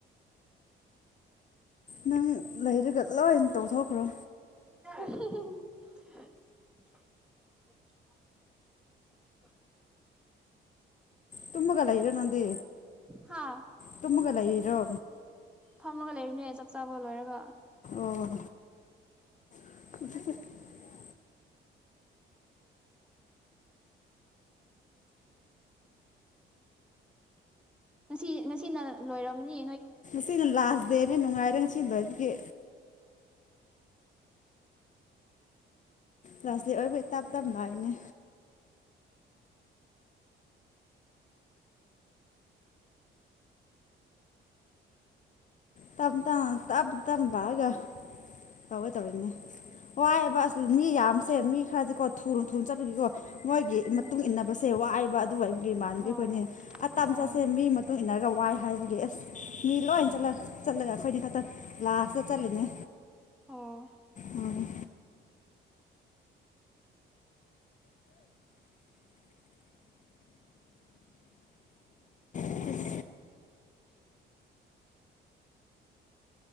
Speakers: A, on the left; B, in the centre.
A: ꯅꯪ ꯂꯩꯔꯒ ꯂꯣꯏꯅ ꯇꯧꯊꯣꯛꯈ꯭ꯔꯣ
B: <inaudible>
A: ꯇꯨꯝꯃꯒ ꯂꯩ ꯂꯩꯔꯅꯥꯗ
B: ꯍꯥ
A: ꯇꯨꯝꯃꯒ ꯂꯩꯔꯣ
B: ꯐꯝꯃꯒ ꯂꯩꯔꯤꯅꯦ ꯆꯥꯛ ꯆꯥꯕ ꯂꯣꯏꯔꯒ
A: ꯑꯣ <inaudible>
B: ꯉꯁꯤ ꯉꯁꯤꯅ ꯂꯣꯏꯔꯝꯅꯤ
A: ꯁꯤꯅꯜꯂꯥ ꯗꯦꯅꯦ ꯅꯨꯅꯨꯡ ꯉꯥꯏꯔ ꯉ ꯆꯦ ꯂꯁꯤꯇ ꯑꯣꯏꯕꯨꯣꯏ ꯇꯞ ꯇꯞ ꯂꯥꯛꯏꯅꯦ ꯇꯞ ꯇꯞ ꯇꯞ ꯂꯥꯛꯑꯒ ꯇꯧꯋꯦ ꯇꯧꯋꯤꯅꯦ ꯋꯥꯏꯑꯦꯕꯁ ꯃꯤ ꯌꯥꯝꯁꯦ ꯃꯤ ꯈꯔꯗꯤꯀꯣ ꯊꯨꯅ ꯊꯨꯅ ꯆꯠꯄꯒꯤꯀꯣ ꯃꯣꯏꯒꯤ
B: ꯎꯝ
A: ꯃꯇꯨꯡ ꯏꯟꯅꯕꯁꯦ ꯋꯥꯏꯕ ꯒꯤ ꯃꯥꯟꯗꯤ ꯑꯩꯈꯣꯏꯅꯤ
B: ꯑꯣ
A: ꯑꯇꯥ
B: ꯑꯣ
A: ꯃꯆꯥꯠꯁꯦ ꯃꯤ ꯃꯇꯨꯡ ꯏꯟꯅꯔꯒ ꯋꯥꯏ ꯍꯥꯏꯕꯒꯤ ꯑꯁ ꯃꯤ ꯂꯣꯏ ꯆꯠꯂ ꯆꯠꯂꯒ ꯑꯩꯈꯣꯏꯅꯤ ꯈꯛꯇꯪ ꯂꯥꯁꯇ ꯆꯠꯂꯤꯅꯦ
B: ꯑꯣ
A: ꯎꯝ ꯑꯁ